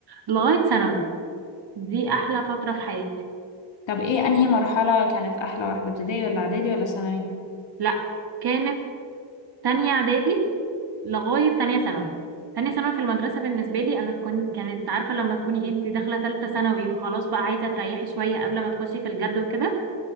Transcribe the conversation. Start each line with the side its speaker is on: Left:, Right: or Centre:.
Right: لغاية ثانوي دي احلى فترة في حياتي
Left: طب إيه أنهي مرحلة كانت أحلى واحدة ابتدائي ولا إعدادي ولا ثانوي؟
Right: لا كانت تانية اعدادي لغاية تانية ثانوي تانية ثانوي في المدرسة بالنسبة لي أنا تكون كانت عارفة لما تكوني إيه، انتي داخلة تالتة ثانوي فخلاص بقى عايزة تريحي شوية قبل ما تخشي في الجد وكده